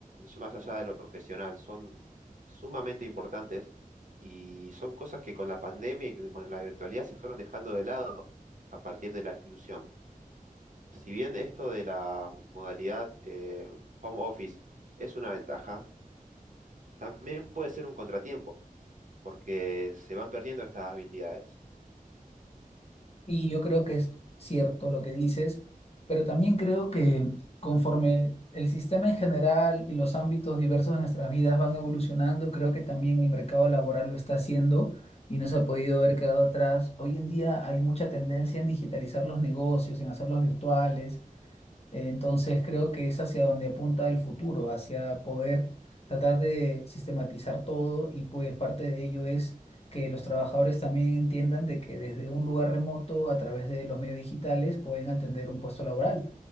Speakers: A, on the right; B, on the left.
A: más allá de lo profesional, son sumamente importantes y son cosas que con la pandemia y que con la virtualidad se fueron dejando de lado a partir de la exclusión. Si bien esto de la modalidad eh, home office es una ventaja, también puede ser un contratiempo porque se van perdiendo estas habilidades.
B: Y yo creo que es cierto lo que dices, pero también creo que conforme el sistema en general y los ámbitos diversos de nuestras vidas van evolucionando, creo que también el mercado laboral lo está haciendo y no se ha podido haber quedado atrás. Hoy en día hay mucha tendencia en digitalizar los negocios, en hacerlos virtuales Eh, Entonces creo que es hacia donde apunta el futuro, hacia poder tratar de sistematizar todo y pues parte de ello es que los trabajadores también entiendan de que desde un lugar remoto, a través de los medios digitales, pueden atender un puesto laboral.